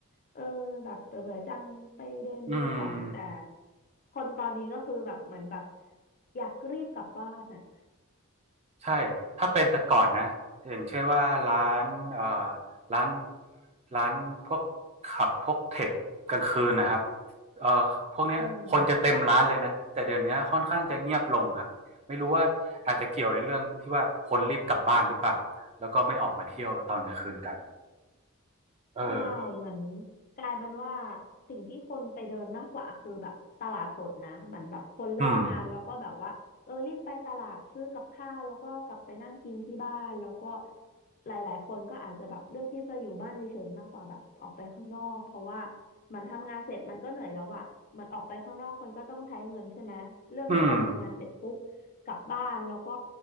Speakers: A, on the left; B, on the right.
A: เออแบบเบื่อๆจังไปเดินดูของแต่
B: อืม
A: คนตอนนี้ก็คือแบบเหมือนแบบอยากรีบกลับบ้านอ่ะ
B: ใช่ ถ้าเป็นแต่ก่อนนะอย่างเช่นว่าร้านเอ่อร้านร้านพวกขับพวกเทคกลางคืนนะครับเอ่อพวกเนี้ยคนจะเต็มร้านเลยนะ
A: อืม
B: แต่เดี๋ยวนี้ค่อนข้างจะเงียบลงครับ ไม่รู้ว่าอาจจะเกี่ยวในเรื่องที่ว่าคนรีบกลับบ้านหรือเปล่า แล้วก็ไม่ออกมาเที่ยวตอนกลางคืนกัน เออ
A: ใช่เหมือนกลายเป็นว่าสิ่งที่คนไปเดินมากกว่าคือแบบตลาดสดนะเหมือนแบบคนเลิกงานแล้วก็แบบว่าเออรีบไปตลาดซื้อกับข้าวแล้วก็กลับไปนั่งกินที่บ้านแล้วก็
B: อืม
A: หลายๆคนก็อาจจะแบบเลือกที่จะอยู่บ้านเฉยๆมากกว่าแบบออกไปข้างนอกเพราะว่ามันทำงานเสร็จมันก็เหนื่อยแล้วอะมันออกไปข้างนอกมันก็ต้องใช้เงินใช่ไหมเลือกที่จะทำงานเสร็จปุ๊บกลับบ้านแล้วก็
B: อืม